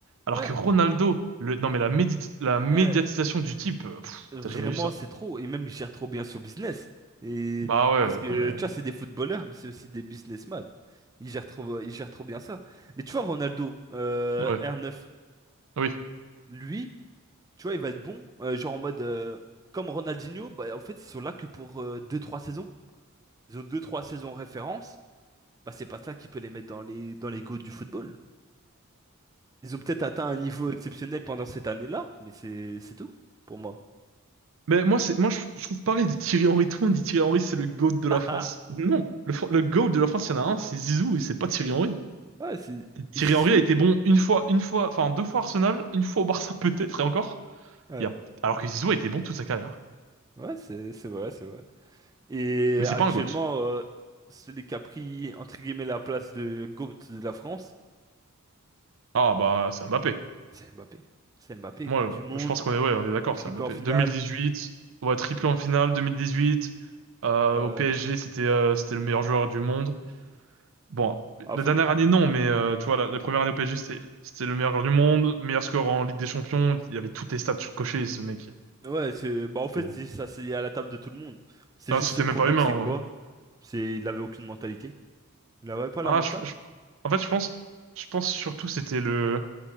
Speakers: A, on the right; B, on the right.
A: Alors
B: Ouais.
A: que Ronaldo, le... non mais la, médi- la médiatisation
B: euh,
A: du type, euh, pff,
B: Vraiment,
A: t'as jamais vu ça.
B: c'est trop. Et même, il gère trop bien son business. Et
A: Bah ouais,
B: parce que,
A: non mais...
B: tu vois, c'est des footballeurs, mais c'est aussi des businessmen. Il gère trop, il gère trop bien ça. Mais tu vois, Ronaldo, euh,
A: Ouais,
B: R9,
A: oui.
B: lui, tu vois, il va être bon. euh, genre en mode, euh, comme Ronaldinho, bah, en fait, ils sont là que pour euh, deux trois saisons. Ils ont deux trois saisons en référence. Bah, c'est pas ça qui peut les mettre dans les, dans les goûts du football. Ils ont peut-être atteint un niveau exceptionnel pendant cette année-là, mais c'est c'est tout pour moi.
A: Mais moi, c'est, moi, je, je trouve pareil de Thierry Henry. Tout le monde dit Thierry Henry, c'est le GOAT de la
B: <laughs>
A: France. Non, le, Fr- le GOAT de la France, il y en a un, c'est Zizou, et c'est pas Thierry Henry.
B: Ouais, c'est
A: Thierry
B: Zizou.
A: Henry a été bon une fois, une fois, enfin deux fois Arsenal, une fois au Barça peut-être, et encore.
B: ouais.
A: Il y a, alors que Zizou a été bon toute sa carrière.
B: Ouais, c'est c'est vrai, c'est vrai. Et
A: Mais c'est
B: actuellement,
A: pas un GOAT.
B: euh, celui qui a pris, entre guillemets, la place de GOAT de la France,
A: Ah bah, c'est Mbappé.
B: c'est Mbappé. C'est Mbappé,
A: Moi,
B: Coupe du Monde,
A: euh, je pense qu'on est, ouais, on est d'accord,
B: triplé
A: c'est Mbappé.
B: en finale.
A: 2018, ouais, triplé en finale, 2018, euh,
B: Euh,
A: au PSG, c'était euh, c'était le meilleur joueur du monde. Bon,
B: en
A: la
B: fait,
A: dernière année, non, mais euh, tu vois, la, la première année au PSG, c'était c'était le meilleur joueur du monde, meilleur score en Ligue des Champions. Il avait toutes les stats cochées, ce mec.
B: ouais, c'est, bah, en fait,
A: Et-
B: c'est- ça, c'est à la table de tout le monde. C'est
A: Non,
B: juste
A: c'était
B: ce problème,
A: même pas humain.
B: c'est
A: en
B: quoi?
A: vrai.
B: C'est, il avait aucune mentalité. Il avait pas
A: Ah,
B: la mentale.
A: je- je- en fait, je pense, je pense surtout c'était le